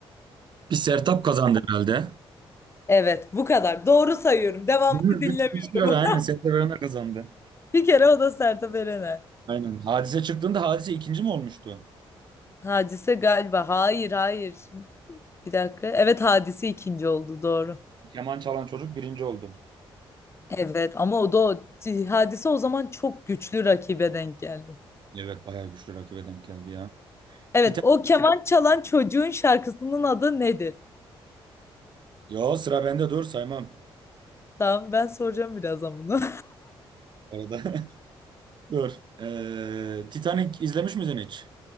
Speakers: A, on the right; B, on the left.
A: Bir Sertap kazandı herhalde.
B: Evet, bu kadar. Doğru sayıyorum. Devamını
A: Değil mi?
B: dinlemiyorum.
A: Bir, bir kişi kazandı. Aynen Sertab Erener kazandı.
B: <laughs> Bir kere o da Sertab Erener.
A: Aynen. Hadise çıktığında Hadise ikinci mi olmuştu?
B: Hadise galiba. Hayır, hayır. Bir dakika. Evet, Hadise ikinci oldu. Doğru.
A: Keman çalan çocuk birinci oldu.
B: Evet ama o da o. Hadise o zaman çok güçlü rakibe denk geldi.
A: Evet bayağı güçlü rakibe denk geldi ya.
B: Evet,
A: Titan...
B: o keman çalan çocuğun şarkısının adı nedir?
A: Yo sıra bende dur saymam.
B: Tamam, ben soracağım birazdan bunu.
A: Bu arada. <laughs> Dur. Ee, Titanic izlemiş miydin hiç?